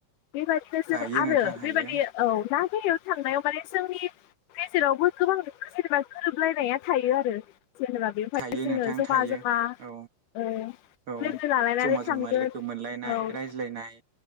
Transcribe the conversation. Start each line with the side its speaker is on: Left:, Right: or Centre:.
Left: बेबायदिनो
Right: हायो
Left: जों आरो
Right: नोंथां हायो
Left: बेबायदि औ ना याव थांनायाव माने जोंनि गेजेरावबो गोबां जेनेबा गोरोबलायनाया थायो आरो जेनेबा बेवहाय
Right: थायो
Left: जोङो
Right: नोंथां
Left: जमा
Right: थायो
Left: जमा
Right: औ
Left: औ
Right: औ
Left: लोगो लालायनानै
Right: जमा
Left: थांगोन
Right: जमा लोगो मोनलायनाय
Left: औ
Right: रायज्लायनाय